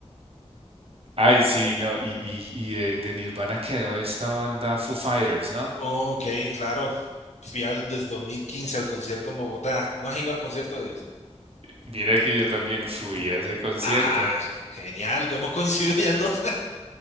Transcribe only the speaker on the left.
Ok, claro. Fui al, desde 2015 al concierto en Bogotá. ¿No has ido al concierto de ellos?
Ah, genial, que hemos coincidido ya en dos.